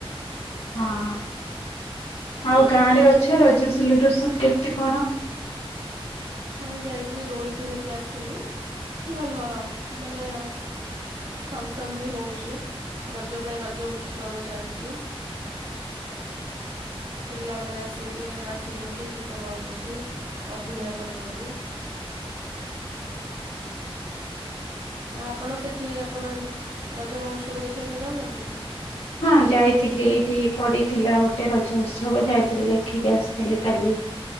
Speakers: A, on the left; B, on the right.
A: ହଁ ଆଉ ଗାଁ ରେ ଅଛ ରଜ ସେଲିବ୍ରେସନ୍ କେମିତି କଣ?
B: ହଁ ଯାଇଥିଲି ଦୋଳି ଖେଳିକି ଆସିଲି ଭଲ ମାନେ ଫଙ୍କସନ୍ ବି ହଉଛି ରଜ ପାଇଁ ରଜ ଉତ୍ସବ ଚାଲିଛି। ପିଲାମାନେ ଆସିକି ନାଚୁଛନ୍ତି, ଗୀତ ଗାଉଛନ୍ତି ଅଭିନୟ କରୁଛନ୍ତି। ଆପଣ ସେଠି ଆପଣ ରଜ ମହୋତ୍ସବ ଦେଖିବା ପାଇଁ ଯାଉନାହାନ୍ତି କି?
A: ହଁ ଯାଇଥିଲି ଏଇଠି ପଡିଥିଲା ଗୋଟେ ରଜ ଉତ୍ସବ ଯାଇଥିଲି ଦେଖିକି ଆସିଥିଲି କାଲି।